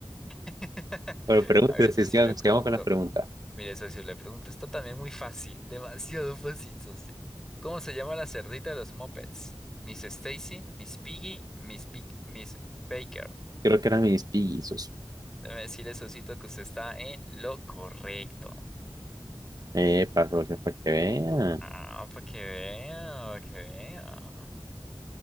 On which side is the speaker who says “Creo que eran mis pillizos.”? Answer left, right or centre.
Right